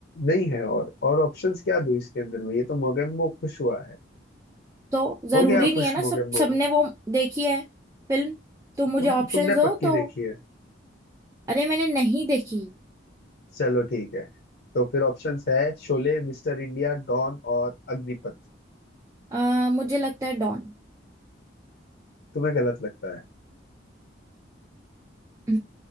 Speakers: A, on the left; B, on the right.
A: नहीं है और और ऑप्शंस क्या दूं इसके अंदर में ये तो मोगेम्बो खुश हुआ है
B: तो जरूरी
A: हो गया
B: नहीं
A: खुश
B: है ना सब
A: मोगेम्बो
B: सबने वो देखी है फिल्म तुम मुझे
A: तुम
B: ऑप्शंस
A: तुमने
B: दो
A: पक्की
B: तो
A: देखी है
B: अरे मैंने नहीं देखी
A: चलो ठीक है तो फिर ऑप्शंस है शोले मिस्टर इंडिया डॉन और अग्निपथ
B: आ, मुझे लगता है डॉन
A: तुम्हें गलत लगता है
B: <laughs>